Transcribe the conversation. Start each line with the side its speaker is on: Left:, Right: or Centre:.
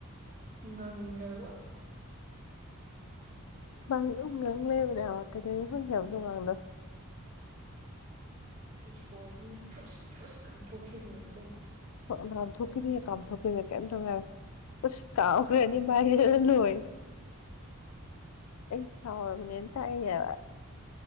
Right: ꯉꯪꯉꯕ
Left: ꯃꯥ ꯎꯒꯪ ꯂꯩꯕꯅꯦꯕ ꯀꯩꯗꯩ ꯍꯪꯒꯦꯕ ꯣꯀꯥꯟꯗꯣ
Right: ꯏꯁꯣꯔꯁꯤꯅ ꯐꯨꯁ ꯐꯨꯁ ꯀꯥꯝꯊꯣꯛꯈꯤꯕꯁꯤ ꯅꯝ ꯇꯧꯕ
Left: ꯊꯙꯣꯛꯀꯦꯕꯤ ꯀꯥꯝ ꯊꯙꯀꯦꯗ ꯀꯝꯇꯧꯋ ꯁ ꯀꯔꯅꯤ ꯃꯥꯥꯏꯗ ꯂꯣꯏ ꯑꯩ ꯁꯔ ꯃꯅꯤꯅ ꯇꯥꯏ ꯌꯥ